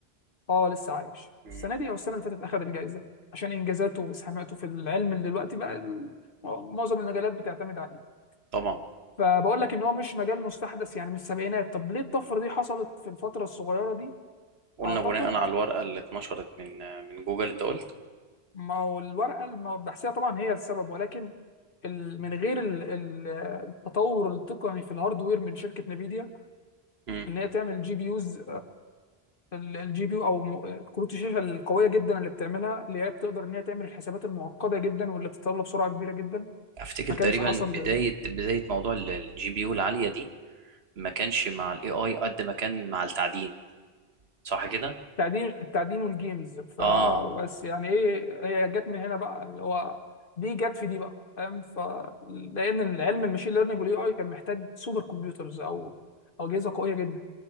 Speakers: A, on the left (about 55°); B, on the right (about 75°).
A: اه لسه عايش
B: امم
A: السنه دي او السنه اللي فاتت اخد الجائزه عشان انجازاته واسهاماته في العلم اللي دلوقتي بقى ال- آه، معظم المجالات بتعتمد عليه
B: طبعا
A: فبقول لك ان هو مش مجال مستحدث يعني من السبعينات طب ليه الطفره دي حصلت في الفتره الصغيره دي
B: قلنا
A: اعتقد
B: بناء على الورقه اللي اتنشرت من من جوجل انت قلت
A: ما هو الورقة الم- البحثية طبعا هي السبب ولكن ال- من غير ال- ال- التطور التقني في الهاردوير من شركة نفيديا
B: امم
A: ان هي تعمل جي بي يوز الجي بي يو او م- كروت الشاشة القوية جدا اللي بتعملها اللي هي بتقدر ان هي تعمل الحسابات المعقدة جدا واللي بتتطلب سرعة كبيرة جدا
B: افتكر
A: ما
B: تقريبا
A: كانش حصل
B: بدايه بدايه موضوع الجي بي يو العاليه دي ما كانش مع الاي اي قد ما كان مع التعدين صح كده
A: التعدين التعدين والجيمز فبس
B: اه
A: يعني ايه هي جت من هنا بقى اللي هو دي جت في دي بقى فاهم ف لان العلم الماشين ليرنينج والاي اي كان محتاج سوبر كمبيوترز او او اجهزه قويه جدا